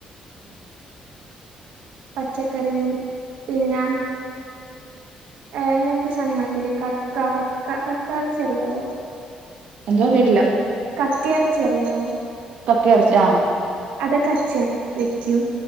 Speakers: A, on the right (about 55°); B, on the right (about 75°).
A: ഉം
B: പച്ചക്കറിയും പിന്നെ ഏ ഇങ്ങനത്തെ സാധനങ്ങളൊക്കെയില്ലേ കക്ക കക്ക കക്കയിറച്ചി അറിയാവോ
A: എന്തുവാ കേട്ടില്ല
B: കക്കയിറച്ചി അറിയാവോ
A: കക്കയിറച്ചി ആ
B: അതൊക്കെ അച്ഛൻ വെയ്ക്കും